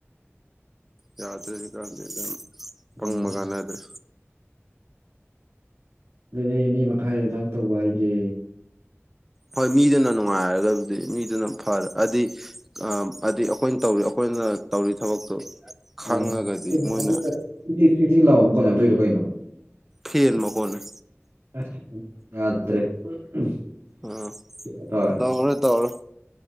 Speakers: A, in the centre; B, on the right.
A: ꯌꯥꯗ꯭ꯔꯗꯤ ꯀꯥꯟꯗꯦ ꯑꯗꯨꯅ ꯄꯪꯕ
B: ꯎꯝ
A: ꯀꯥꯟꯅꯗ꯭ꯔꯦ
B: ꯑꯗꯨꯅꯦ ꯃꯤ ꯃꯈꯥꯏꯗ ꯊꯕꯛ ꯇꯧꯕ ꯍꯥꯏꯖꯦ
A: ꯍꯣꯏ ꯃꯤꯗꯨꯅ ꯅꯨꯡꯉꯥꯏꯔꯒꯕꯨꯗꯤ ꯃꯤꯗꯨꯅ ꯐꯔꯛꯑꯗꯤ ꯑꯝ ꯑꯗꯤ ꯑꯈꯣꯏꯅ ꯇꯧꯔꯤ ꯑꯈꯣꯏꯅ ꯇꯧꯔꯤ ꯊꯕꯛꯇꯣ
B: <unintelligible>
A: ꯈꯪꯉꯒꯗꯤ ꯃꯣꯏꯅ ꯐꯦꯟ ꯃꯈꯣꯟꯅꯦ
B: <unintelligible>
A: ꯎꯝ
B: ꯇꯧꯔꯅꯤ
A: ꯇꯧꯔꯔꯣꯏ ꯇꯧꯔꯔꯣꯏ